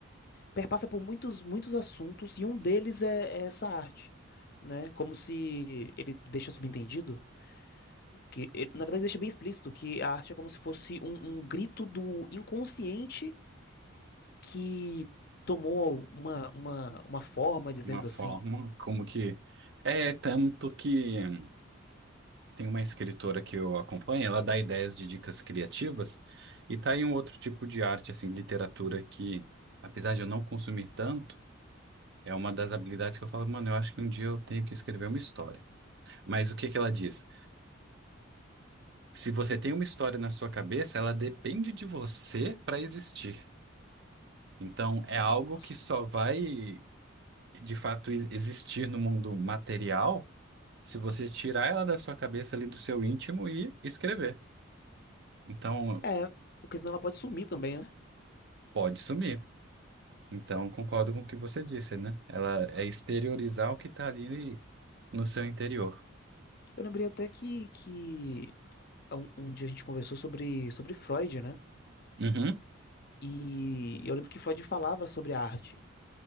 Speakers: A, on the left; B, on the right.
A: perpassa por muitos, muitos assuntos e um deles é, é essa arte, né? Como se ele deixa subentendido que, ele, na verdade, deixa bem explícito que a arte é como se fosse um, um grito do inconsciente que tomou uma, uma, uma forma dizendo
B: Uma forma
A: assim.
B: como que. É tanto que. Tem uma escritora que eu acompanho, ela dá ideias de dicas criativas e tá aí um outro tipo de arte, assim, literatura que, apesar de eu não consumir tanto, é uma das habilidades que eu falo, mano, eu acho que um dia eu tenho que escrever uma história. Mas o que que ela diz? Se você tem uma história na sua cabeça, ela depende de você para existir. Então, é algo
A: Nossa.
B: que só vai, de fato, ex- existir no mundo material se você tirar ela da sua cabeça ali do seu íntimo e escrever. Então,
A: É, porque senão ela pode sumir também, né?
B: pode sumir. Então, concordo com o que você disse, né? Ela é exteriorizar o que tá ali no seu interior.
A: Eu lembrei até que, que um, um dia a gente conversou sobre, sobre Freud, né?
B: Uhum,
A: E eu lembro que Freud falava sobre a arte.